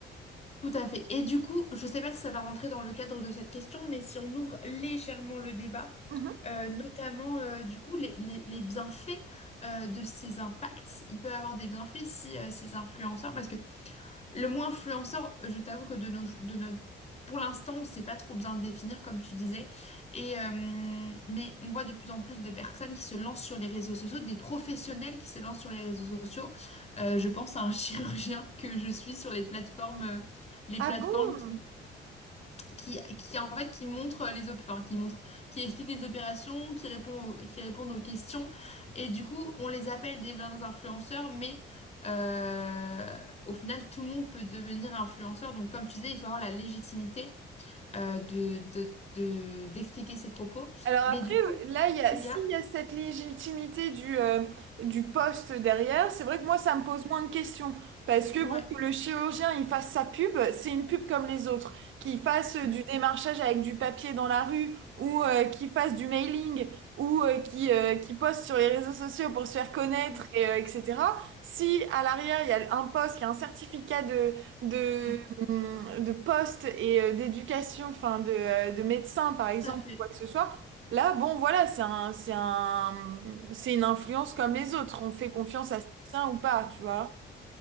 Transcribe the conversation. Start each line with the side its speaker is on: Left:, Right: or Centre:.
Left: Tout à fait. Et du coup, je ne sais pas si ça va rentrer dans le cadre de cette question, mais si on ouvre légèrement le débat,
Right: Mhm.
Left: euh, notamment euh, du coup les, les- les bienfaits euh, de ces impacts, il peut avoir des bienfaits si euh, ces influenceurs, parce que Le mot influenceur, je t'avoue que de nos, de notre, pour l'instant, on ne sait pas trop bien le définir, comme tu disais. Et, euh, mais on voit de plus en plus de personnes qui se lancent sur les réseaux sociaux, des professionnels qui se lancent sur les réseaux sociaux. Euh, je pense à un <laughs> chirurgien que je suis sur les plateformes, euh, les
Right: Ah
Left: plateformes
Right: bon?
Left: qui qui, qui en fait qui montre les op- enfin, qui montre qui explique les opérations qui répond aux- qui répondent aux questions et du coup on les appelle des vrais influenceurs mais euh, au final tout le monde peut devenir influenceur donc comme tu disais il faut avoir la légitimité euh, de, de, de- d'expliquer ses propos
Right: Alors
Left: mais
Right: après,
Left: du coup
Right: là, il y a,
Left: il
Right: s'il
Left: y a
Right: y a cette légitimité du, euh, du poste derrière, c'est vrai que moi, ça me pose moins de questions. Parce que
Left: ouais
Right: bon, que le chirurgien, il fasse sa pub, c'est une pub comme les autres. Qu'il fasse euh,
Left: Mm,
Right: du démarchage avec du papier dans la rue, ou euh, qu'il fasse du mailing, ou euh, qu'il euh, qu'il poste sur les réseaux sociaux pour se faire connaître,
Left: mm,
Right: et, euh, etc. Si à l'arrière, il y a un poste, il y a un certificat de, de,
Left: mm.
Right: hum, de poste et euh, d'éducation, enfin de, euh, de médecin, par exemple,
Left: tout à fait
Right: ou quoi que ce soit, Là, bon, voilà, c'est un, c'est un, c'est une influence comme les autres. On fait confiance à certains ou pas, tu vois.